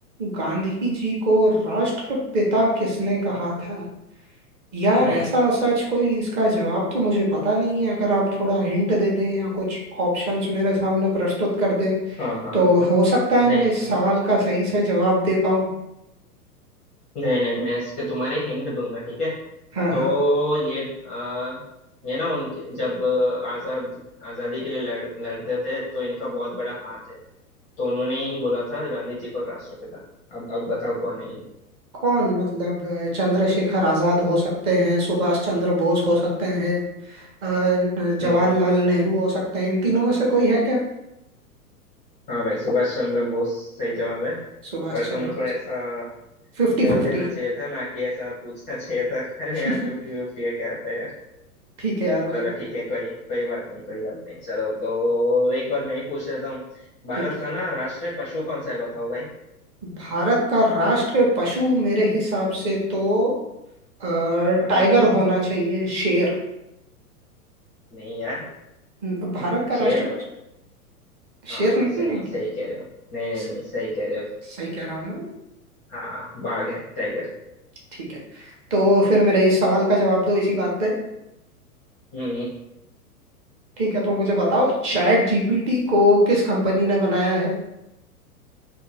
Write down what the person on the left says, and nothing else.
हम्म
हाँ हाँ
नहीं
नहीं नहीं मैं इसके तुम्हारे हिंट दूंगा ठीक है
तो
ये आ, ये ना उनके जब आ, आजाद आजादी के लिए लड़ लड़ते थे तो इनका बहुत बड़ा हाथ है तो उन्होंने ही बोला था गांधी जी को राष्ट्रपिता अब अब बताओ कौन है ये
हम्म
हाँ भाई सुभाष चंद्र बोस सही जवाब है
पर
तुमको
ऐसा
बोल
देना चाहिए था ना कि ऐसा पूछना चाहिए था <laughs> अरे
यार फिफ्टी फिफ्टी है क्या होता है यार
चलो ठीक है कोई कोई बात नहीं कोई बात नहीं चलो तो एक बार मैं ही पूछ लेता हूँ भारत
का ना राष्ट्रीय पशु कौन सा है बताओ भाई
अपना दोस्त
नहीं यार
शेर
हाँ
सही
सही कह रहे हो नहीं नहीं
नहीं सही कह रहे हो
हाँ बाघ है टाइगर
हम्म